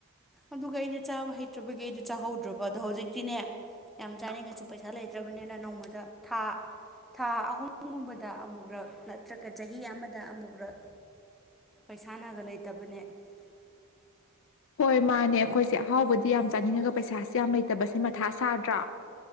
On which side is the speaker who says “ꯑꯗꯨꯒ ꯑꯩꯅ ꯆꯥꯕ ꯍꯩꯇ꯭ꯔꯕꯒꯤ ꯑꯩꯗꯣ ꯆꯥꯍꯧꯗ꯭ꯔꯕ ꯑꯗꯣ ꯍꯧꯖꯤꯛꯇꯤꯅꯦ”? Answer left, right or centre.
Centre